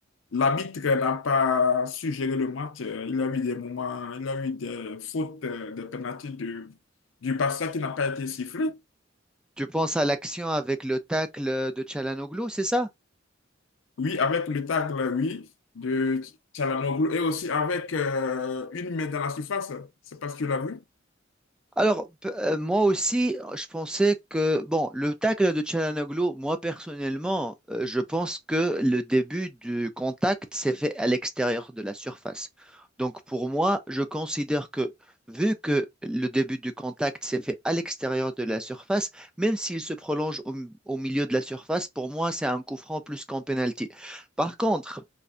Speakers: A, on the left; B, in the centre.
A: l'arbitre n'a pas su gérer le match. Euh, Il a eu des moments, il a eu des fautes, euh, des pénalités de, du Barça qui n'a pas été sifflé.
B: Tu penses à l'action avec le tacle euh, de Çalhanoğlu, c'est ça?
A: Oui, avec le tacle, oui, de Çalhanoğlu et aussi avec euh, une main dans la surface. C'est parce que tu l'as vu.
B: Alors, p- euh, moi aussi, je pensais que, bon, le tacle de Çalhanoğlu, moi personnellement, euh, je pense que le début du contact s'est fait à l'extérieur de la surface. Donc, pour moi, je considère que, vu que le début du contact s'est fait à l'extérieur de la surface, même s'il se prolonge au, au milieu de la surface, pour moi, c'est un coup franc plus qu'un penalty. Par contre,